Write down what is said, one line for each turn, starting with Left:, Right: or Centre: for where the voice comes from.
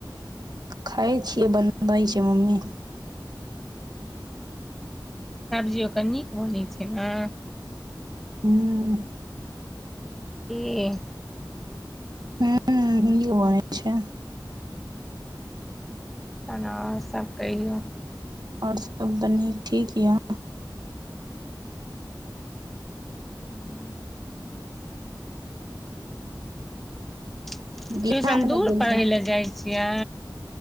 Right: खाइ छियै बनबै छै मम्मी।
Centre: सब्जि ओकर निक बनै छै न।
Right: हूँ।
Centre: कि
Right: हूँ निक बनै छै।
Centre: तहन आओर सब कहियौ।
Right: आओर सभ त बड्ड निक ठीक यऽ।
Centre: हूँ। ट्यूशन
Right: बिआहमे नहि
Centre: दूर
Right: गेल
Centre: पढ़ैले
Right: छल
Centre: जाइ छियै।